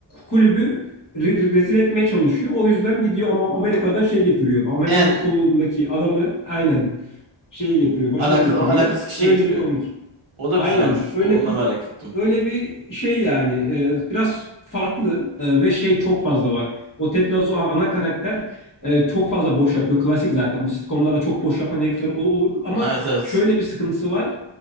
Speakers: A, on the left (about 40°); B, on the right (about 80°).
A: kulübü re- re- rezil etmeye çalışıyor. O yüzden gidiyor ama Amerika'dan şey getiriyor. Amerikan
B: En
A: futbolundaki adamı aynen şeye getiriyor, başına
B: Alakası,
A: getiriyor.
B: alakasız kişiye
A: Öyle
B: getiriyor.
A: bir komik.
B: O da
A: Aynen
B: güzelmiş.
A: öyle
B: Onu
A: bir
B: da merak ettim.
A: öyle bir şey yani e, biraz farklı e, ve şey çok fazla var. O Ted Lasso a- ana karakter e, çok fazla boş yapıyor. Klasik zaten bu sitcomlara çok boş yapan herifler ol- olur ama
B: Evet evet.
A: şöyle bir sıkıntısı var.